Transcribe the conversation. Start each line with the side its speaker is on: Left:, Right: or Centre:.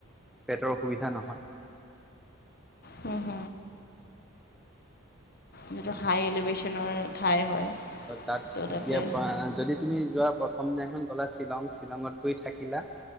Centre: পেটৰ অসুবিধা নহয়।
Left: হ, হ যিটো হাই এলিভেশ্যনৰ ঠাই হয়।
Centre: তাত
Left: ত' তাতে
Centre: এতিয়া প যদি তুমি যোৱা প্ৰথম দিনাখন গ'লা শ্বিলং, শ্বিলঙত গৈ থাকিলা।